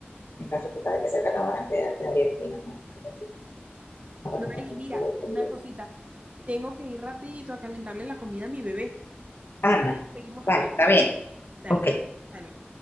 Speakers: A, on the left; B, on the right.
A: en caso de que sea el catamarán, que te daría pena con algo así, para
B: Noeli,
A: tomar una
B: mira,
A: foto
B: una
A: y eso.
B: cosita. Tengo que ir rapidito a calentarle la comida a mi bebé.
A: Ana,
B: Seguimos
A: vale,
B: hablando.
A: está bien,
B: Dale,
A: ok.
B: hasta luego.